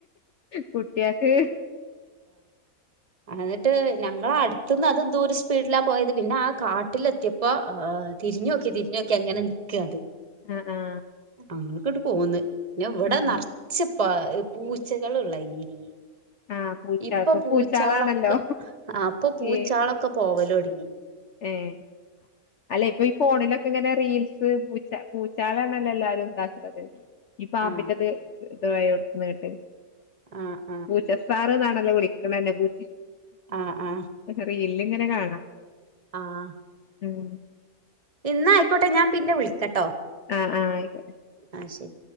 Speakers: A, on the left; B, on the right.
A: കുട്ടിയാക്ക്
B: ന്നിട്ട് ഞങ്ങള അടുത്തന്ന് അതെന്തോ ഒരു സ്പീഡിലാ പോയത് പിന്നെ ആഹ് കാട്ടിലെത്തിയ പ്പൊ തിരിഞ്ഞു നോക്കി തിരിഞ്ഞോക്കങ്ങനെ നിക്ക അത്.
A: ആഹ് ആഹ്
B: ങ്ങൾക്കങ്ങട്ട് പോന്ന് പിന്ന ഇവിടെ
A: ഉം
B: നിറച്ച പൂ പൂച്ചകളള്ള ഏരിയൽ
A: ആഹ് പൂച്ച
B: ഇപ്പൊ പൂച്ചാളൊക്കെ
A: പൂച്ചാളാണല്ലോ
B: ആഹ് അപ്പൊ പൂച്ചാളൊക്കെ
A: ഏ
B: പോവലോടുങ്ങി.
A: ഏഹ് അല്ലെ ഇപ്പൊ ഈ ഫോണിലൊ ഇങ്ങനെ റീൽസ് പൂച്ച പൂച്ചാളണല്ലോ എല്ലാരും ഇതാക്കുന്നത് ഈ പാമ്പിന്റെത്
B: ആ
A: ഇതായോടുത്തന്ന് കേട്ട്
B: ആഹ്
A: പൂച്ചസാർ എന്നാണല്ലോ വിളിക്കണന്നെ പൂ
B: ആഹ് ആഹ്
A: റീലിൽങ്ങനെ കാണാ.
B: ആഹ്
A: ഉം
B: ഇന്ന ആയിക്കോട്ടെ ഞാൻ പിന്നെ വിളിക്കട്ടോ
A: ആഹ് ആഹ് ആയിക്കോട്ടെ.
B: ആഹ് ശരി